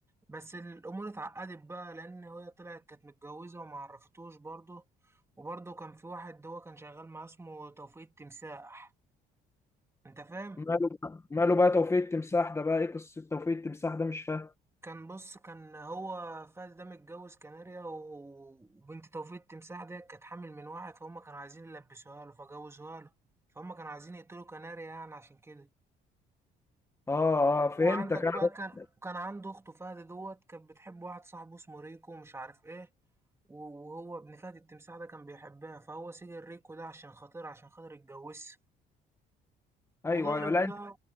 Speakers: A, on the right (about 15°); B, on the left (about 15°).
A: بس الأمور اتعقدت بقى لأن هي طلعت كانت متجوزة وما عرفتوش برضه وبرضه كان في واحد هو كان شغال معاه اسمه توفيق التمساح انت فاهم؟
B: ماله بقى- ماله بقى توفيق التمساح ده بقى ايه قصه توفيق التمساح ده مش فاهم
A: كان بص كان هو فاز ده متجوز كناريا و- وبنت توفيق التمساح دي كانت حامل من واحد فهم كانوا عايزين يلبسوها له فجوزوها له فهم كانوا عايزين يقتلوا كناريا يعني عشان كده
B: اه اه
A: وعندك
B: فهمتك انا
A: بقى كان
B: بس.
A: كان عنده اخته فهد دوت كانت بتحب واحد صاحبه اسمه ريكو ومش عارف ايه و- وهو ابن فهد التمساح ده كان بيحبها فهو سجن ريكو ده عشان خاطر عشان خاطر يتجوزها
B: ايوه
A: ودارت
B: ايوه لا
A: بقى
B: انت